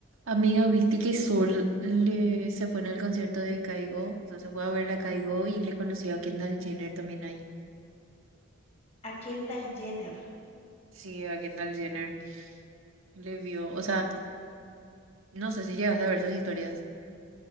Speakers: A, on the right; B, on the left.
A: Amiga, viste que Sol le- se fue en el concierto de Caigo, o sea, se fue a ver la Caigo y le conoció a Kendall Jenner también ahí.
B: a Kendall Jenner.
A: Sí, a Kendall Jenner le vio, o sea, no sé si llegaste a ver sus historias.